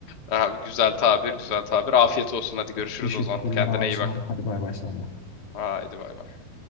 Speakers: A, on the left (about 40°); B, on the left (about 70°).
A: Abi güzel tabir, güzel tabir. Afiyet olsun. Hadi görüşürüz
B: Teşekkürler
A: o zaman. Kendine
B: abi
A: iyi
B: sağ
A: bak.
B: ol. Hadi bay bay sana.
A: Haydi bay bay.